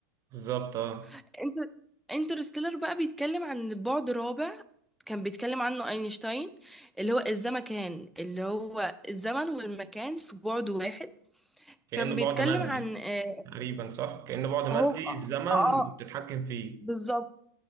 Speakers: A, on the right; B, in the centre.
A: بالظبط اه
B: انت انترستيلر بقى بيتكلم عن بعد رابع كان بيتكلم عنه اينشتاين اللي هو الزمكان اللي هو الزمن والمكان في بعد واحد
A: كانه
B: كان بيتكلم
A: بعد مادي
B: عن اه،
A: تقريبا صح كانه بعد مادي
B: هو اه
A: الزمن
B: اه،
A: بتتحكم فيه
B: بالظبط